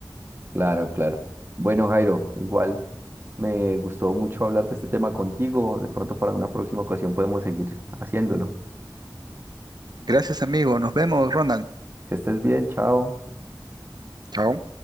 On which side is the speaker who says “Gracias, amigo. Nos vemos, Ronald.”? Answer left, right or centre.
Right